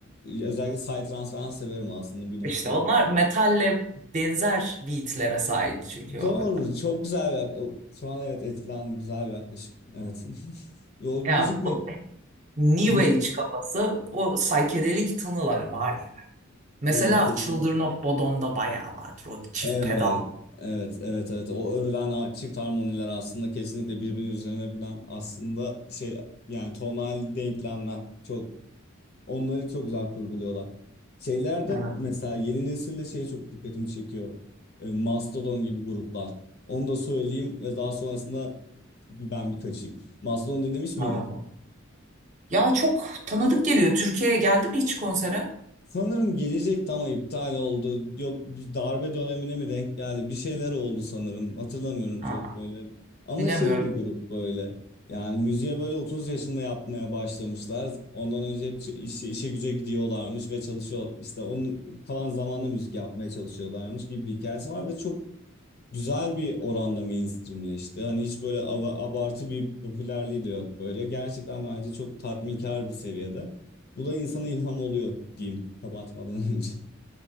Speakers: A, on the left; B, on the right.
A: özellikle psytrance falan severim aslında bir noktada.
B: İşte onlar metalle benzer beatlere sahip çünkü o,
A: Doğru, çok güzel bir yaklaşım. Şu an evet etkilendim, güzel bir yaklaşım. Evet. <laughs> Ve O müzik
B: ya
A: mi?
B: o- New
A: Müzik.
B: Age kafası o saykedelik tınıları var ya. Mesela
A: Evet, kesinlikle.
B: Children of Bodom'da bayağı vardır o çift
A: Evet,
B: pedal.
A: evet, evet, evet. O örülen a- çift harmoniler aslında kesinlikle birbirinin üzerine binen aslında şey yani tonal denklemler çok onları çok güzel kurguluyorlar. Şeylerde
B: Evet,
A: mesela yeni nesilde şey çok dikkatimi çekiyor. E, Mastodon gibi gruplar. Onu da söyleyeyim ve daha sonrasında ben bir kaçayım. Mastodon dinlemiş
B: tamam.
A: miydin?
B: Ya çok tanıdık geliyor. Türkiye'ye geldi mi hiç konsere?
A: Sanırım gelecekti ama iptal oldu. Yok bir darbe dönemine mi denk geldi? Bir şeyler oldu sanırım. Hatırlamıyorum
B: Aa,
A: çok böyle. Ama
B: bilemiyorum.
A: şey bir grup böyle. Yani müziğe böyle 30 yaşında yapmaya başlamışlar. Ondan önce hep ç- işe, işe güce gidiyorlarmış ve çalışıyor. İşte onun kalan zamanda müzik yapmaya çalışıyorlarmış gibi bir hikayesi var ve çok güzel bir oranda mainstreamleşti. Hani hiç böyle ava- abartı bir popülerliği de yok böyle. Gerçekten bence çok tatminkar bir seviyede. Bu da insana ilham oluyor diyeyim kapatmadan önce.